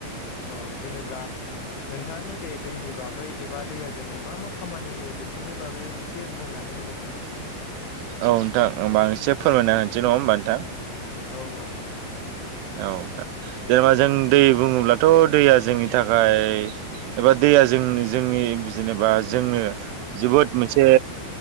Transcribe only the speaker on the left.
औ जेनेब्ला नोंथाङानो दे दैनि बागै एबा दैया जोंनो मा मा खामानि होयो बेफोरनि बागै एसे बुंनानै हो दो नोंथा
औ औ दे।